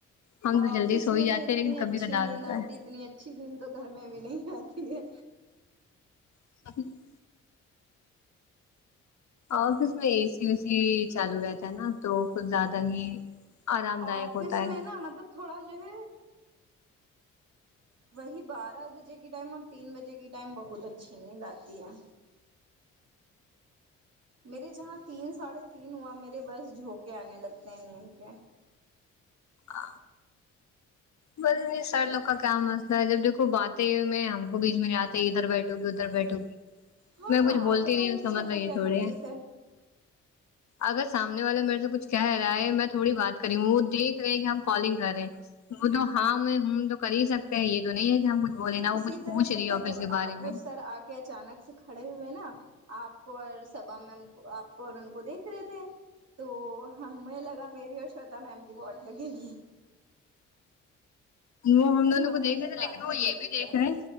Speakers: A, on the left (about 45°); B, on the right (about 40°).
A: ہم
B: آفس
A: تو جلدی سو ہی
B: میں
A: جاتے
B: تو اتنی
A: ہیں لیکن
B: اچھی
A: کبھی کدار
B: نیند
A: ہوتا
B: آتی
A: ہے
B: اتنی اچھی نیند تو گھر میں بھی نہیں آتی ہے
A: <unintelligible> آفس میں اے سی وی سی چالو رہتا ہے نا تو کچھ زیادہ ہی آرام دائک
B: آفس
A: ہوتا ہے
B: میں نا مطلب تھوڑا جو ہے وہی بارہ بجے کی ٹائم اور تین بجے کی ٹائم بہت اچھی نیند آتی ہے میرے جہاں تین ساڑھے تین ہوا میرے بس جھونکے آنے لگتے ہیں نیند کے
A: آ بس نہیں سر لوگ کا کیا مسئلہ ہے جب دیکھو باتیں میں ہم کو بیچ میں لاتے تو ادھر بیٹھو گی ادھر بیٹھو گی
B: ہاں
A: میں کچھ بولتی
B: پتا
A: نہیں ہوں اس کا
B: سر
A: مطلب
B: کو
A: یہ
B: کیا
A: تھوڑے
B: تکلیف
A: ہے اگر سامنے والا میرے سے کچھ کہہ رہا ہے میں تھوڑی بات کری ہوں وہ دیکھ رہے کہ ہم کالنگ کر رہیں وہ تو ہاں میں امم تو کر ہی سکتے ہیں یہ تو نہیں ہے کہ ہم کچھ بولے نا وہ
B: اسی
A: کچھ
B: طرح
A: پوچھ رہی
B: پتہ ہے
A: آفس
B: جب
A: کے بارے
B: آ وہ
A: میں
B: سر آ کے اچانک سے کھڑے ہوئے نا آپ کو اور سبا میم کو آپ کو اور ان کو دیکھ رہے تھے تو ہمیں لگا میری اور شویتا میم کی واٹ لگے گی
A: وہ
B: کیونکہ
A: ہم دونوں کو
B: لوگ
A: دیکھرہے
B: بھی
A: تھے لیکن
B: بات
A: وہ
B: ہی
A: یہ
B: کر
A: بھی دیکھ
B: تھے
A: رہے ہیں